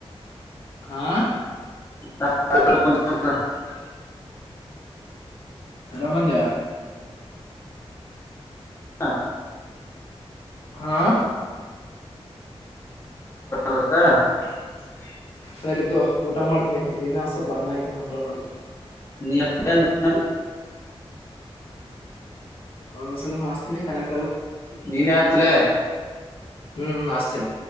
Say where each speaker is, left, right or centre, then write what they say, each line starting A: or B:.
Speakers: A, on the left (about 60°); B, on the left (about 25°).
A: ಹಾ
B: <unintelligible>
A: ರಮನ್ದ <unintelligible>
B: ತ <inaudible>
A: ಹಾ
B: ಹತ್ತ <unintelligible>
A: ಸರಿತ ಊಟ ಮಾಡ್ತನಿ ಇನ ಸ್ವಲ್ಪ ಅನ್ನಾಕ ಊಟ ಮಾಡ್ತನಿ
B: ನೀ <unintelligible>
A: ಆರಾಮ ಸ ಆಸ್ತನ ಕಾಲ
B: ನೀನು ಅಚ್ಲೆ
A: ಹ್ಮ್ ಆಕ್ಥಿನಿ